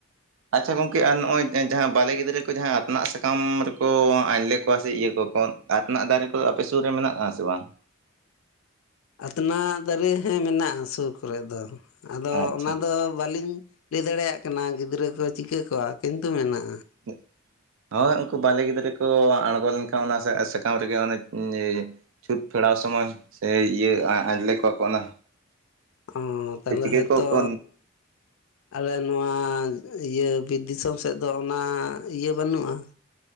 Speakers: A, on the right (about 70°); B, on the left (about 80°).
A: ᱟᱪᱪᱷᱟ ᱜᱚᱝᱠᱮ ᱟᱨ ᱱᱚᱜᱼᱚᱭ ᱡᱟᱦᱟᱸ ᱵᱟᱞᱮ ᱜᱤᱫᱽᱨᱟᱹ ᱠᱚ ᱡᱟᱦᱟᱸ ᱟᱛᱱᱟᱜ ᱥᱟᱠᱟᱢ ᱨᱮᱠᱚ ᱟᱸᱧᱡᱞᱮ ᱠᱚᱣᱟ ᱥᱮ ᱤᱭᱟᱹ ᱠᱚᱣᱟ ᱠᱚ ᱟᱛᱱᱟᱜ ᱫᱟᱨᱮ ᱠᱚᱫᱚ ᱟᱯᱮ ᱥᱩᱨ ᱨᱮ ᱢᱮᱱᱟᱜᱼᱟ ᱥᱮ ᱵᱟᱝ?
B: ᱟᱛᱱᱟᱜ ᱫᱟᱨᱮ ᱦᱮᱸ ᱢᱮᱱᱟᱜᱼᱟ ᱥᱩᱨ ᱠᱚᱨᱮ ᱫᱚ᱾ ᱟᱫᱚ
A: ᱟᱪᱪᱷᱟ
B: ᱚᱱᱟᱫᱚ ᱵᱟᱹᱞᱤᱧ ᱞᱟᱹᱭ ᱫᱟᱲᱮᱭᱟᱜ ᱠᱟᱱᱟ ᱜᱤᱫᱽᱨᱟᱹ ᱠᱚ ᱪᱤᱠᱟᱹ ᱠᱚᱣᱟ ᱠᱤᱱᱛᱩ ᱢᱮᱱᱟᱜᱼᱟ᱾
A: <inaudible> ᱦᱳᱭ ᱩᱱᱠᱩ ᱵᱟᱞᱮ ᱜᱤᱫᱽᱨᱟᱹ ᱠᱚ ᱟᱬᱜᱚ ᱞᱮᱱᱠᱷᱟᱱ ᱚᱱᱟ ᱥᱟᱠᱟᱢ ᱨᱮᱜᱮ ᱚᱱᱮ ᱪᱷᱩᱛ ᱯᱷᱮᱲᱟᱣ ᱥᱚᱢᱚᱭ ᱥᱮ ᱤᱭᱟᱹ ᱟᱸᱧᱡᱞᱮ ᱠᱚᱣᱟᱠᱚ ᱚᱱᱟ
B: ᱚᱸ ᱛᱟᱦᱞᱮ
A: ᱥᱮ ᱪᱤᱠᱟᱹ
B: ᱦᱟᱭᱛᱚ
A: ᱠᱚᱣᱟ ᱠᱚ
B: ᱟᱞᱮ ᱱᱚᱣᱟ ᱤᱭᱟᱹ ᱵᱤᱨ ᱫᱤᱥᱚᱢ ᱥᱮᱫ ᱫᱚ ᱚᱱᱟ ᱤᱭᱟᱹ ᱵᱟᱹᱱᱩᱜᱼᱟ᱾